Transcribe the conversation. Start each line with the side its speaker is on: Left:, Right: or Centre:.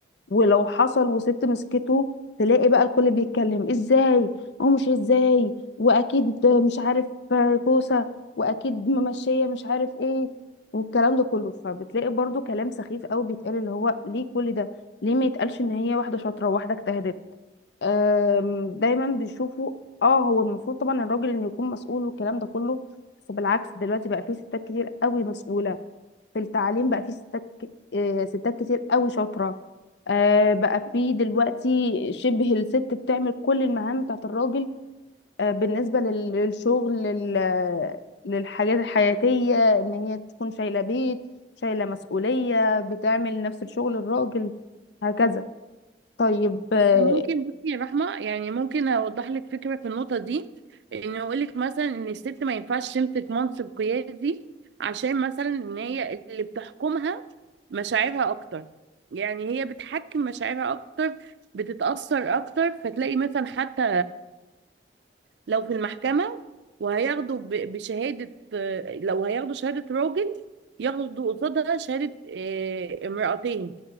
Left: ولو حصل وست مسكته تلاقي بقى الكل بيتكلم ازاي او مش ازاي واكيد مش عارف آه، كوسة واكيد ممشية مش عارف ايه والكلام ده كله فبتلاقي برضو كلام سخيف قوي بيتقال اللي هو ليه كل ده ليه ما يتقالش ان هي واحدة شاطرة وواحدة اجتهدت أم، دايما بيشوفوا اه هو المفروض طبعا الراجل انه يكون مسؤول والكلام ده كله بس بالعكس دلوقتي بقى في ستات كتير قوي مسؤولة في التعليم بقى في ستات ك- آه، ستات كتير قوي شاطرة آه، بقى في دلوقتي شبه الست بتعمل كل المهام بتاعت الراجل آه، بالنسبة لل- للشغل لل- للحاجات الحياتية ان هي تكون شايلة بيت شايلة مسؤولية بتعمل نفس الشغل الراجل هكذا طيب آه،
Right: بس ممكن بصي يا رحمة يعني ممكن أوضح لك فكرة في النقطة دي إن أقول لك مثلا إن الست ما ينفعش تمسك منصب قيادي عشان مثلا إن هي اللي بتحكمها مشاعرها أكتر يعني هي بتحكم مشاعرها أكتر بتتأثر أكتر فتلاقي مثلا حتى لو في المحكمة وهياخدوا ب- بشهادة آه، لو هياخدوا شهادة راجل ياخدوا قصادها شهادة آه، امرأتين